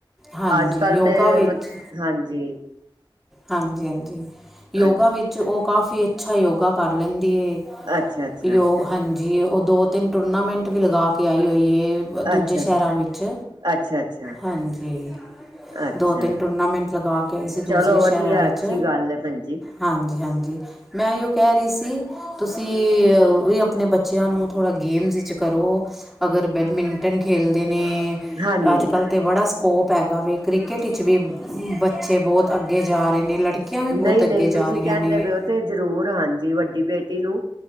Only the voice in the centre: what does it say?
ਹਾਂਜੀ
ਯੋਗਾ
ਵਿੱਚ
ਹਾਂਜੀ ਹਾਂਜੀ। ਯੋਗਾ
ਵਿੱਚ ਉਹ ਕਾਫੀ ਅੱਛਾ ਯੋਗਾ ਕਰ ਲੈਂਦੀ ਹੈ।
ਯੋ ਹਾਂਜੀ। ਉਹ ਦੋ -ਤਿੰਨ ਟੂਰਨਾਮੈਂਟ ਵੀ ਲਗਾ ਕੇ ਆਈ ਹੋਈ ਹੈ। ਦੂਜੇ
ਸ਼ਹਿਰਾਂ ਵਿੱਚ।
ਹਾਂਜੀ।
ਦੋ -ਤਿੰਨ ਟੂਰਨਾਮੈਂਟ ਲਗਾ ਕੇ ਆਈ ਸੀ।
ਦੂਸਰੇ
ਸ਼ਹਿਰਾਂ ਵਿੱਚ,
ਹਾਂਜੀ ਹਾਂਜੀ। ਮੈਂ ਓਹੀ ਕਹਿ ਰਹੀ ਸੀ। ਤੁਸੀਂ ਇਹ ਆਪਣੇ ਬੱਚਿਆਂ ਨੂੰ ਥੋੜ੍ਹਾ ਗੇਮਸ ਵਿੱਚ ਕਰੋ। ਅਗਰ ਬੈਡਮਿੰਟਨ ਖੇਲਦੇ ਨੇ,
ਅਜ ਕੱਲ੍ਹ ਤੇ ਬੜਾ ਸਕੋਪ ਹੈਗਾ ਵੇ। ਕ੍ਰਿਕਟ ਵਿੱਚ ਵੀ ਬੱਚੇ ਬਹੁਤ ਅੱਗੇ ਅੱਗੇ ਜਾ ਰਹੇ ਨੇ, ਲੜਕੀਆਂ ਵੀ ਬਹੁਤ
ਅੱਗੇ ਜਾ
ਰਹੀਆਂ
ਨੇ।